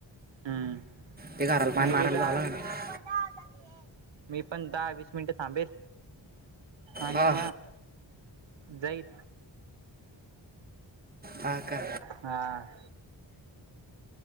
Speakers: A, on the right (about 75°); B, on the right (about 20°).
A: हम्म
B: ते घराला पाणी
A: नई वेदा
B: मारावं
A: <unintelligible>
B: लागेल
A: मी पण दहा-वीस मिनिटं थांबेल आणि
B: हा
A: म जाईल
B: हा ‌का?
A: हा.